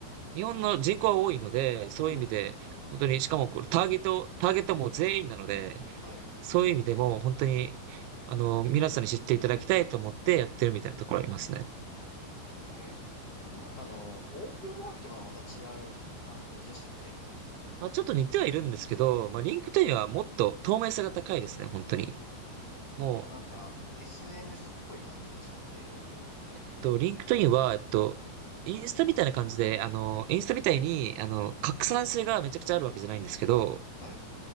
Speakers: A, on the right; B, on the left.
A: 日本の人口は多いので、そういう意味で、
B: うん、うん、うん。
A: 本当に、しかもこれターゲット、ターゲットも全員なので、
B: はい。
A: そういう意味でも本当に、あの、皆さんに知っていただきたいと思ってやってるみたいなところありますね。
B: ええあれなんかあの、オープンワークとかはまた違う感じでしたっけ
A: まあ、ちょっと似てはいるんですけど、まあ、リンクトインはもっと透明性が高いですね、
B: はい。
A: 本当に。もう、
B: 結構なんか、
A: え
B: SNS っぽい感じでしたっけリンクドインって。
A: っと、リンクトインは、えっと、インスタみたいな感じで、あの、インスタみたいに、あの、拡散性がめちゃくちゃあるわけじゃないんですけど、
B: はい。